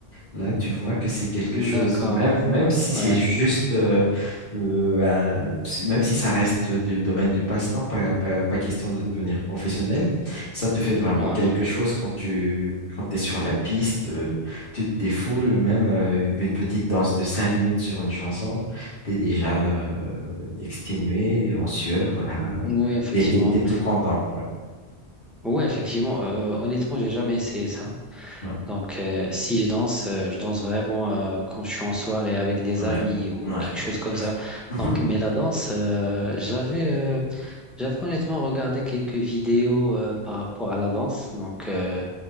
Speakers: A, on the left (about 55°); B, in the centre.
A: Là, tu vois que c'est quelque
B: D'accord.
A: chose, même, même si c'est
B: Ouais,
A: juste, euh, euh, un- si- même si ça reste du domaine du passe-temps, pas, pas- pas question de devenir professionnel, ça te fait vraiment
B: ouais.
A: quelque chose quand tu quand es sur la piste, euh, tu te défoules, même euh, une petite danse de cinq minutes sur une chanson, tu es déjà euh, exténué, en sueur, là, euh,
B: Oui, effectivement.
A: et tu es, tout content. Ouais,
B: Ouais, effectivement. euh, honnêtement, j'ai jamais essayé ça.
A: ouais,
B: Donc, euh, si je danse, euh, je danse vraiment euh, quand je suis en soirée avec des
A: ouais,
B: amis ou
A: ouais.
B: quelque chose comme ça.
A: Mhm.
B: Donc, mais la danse, euh, j'avais euh, j'avais honnêtement regardé quelques vidéos euh, par rapport à la danse. Donc, euh,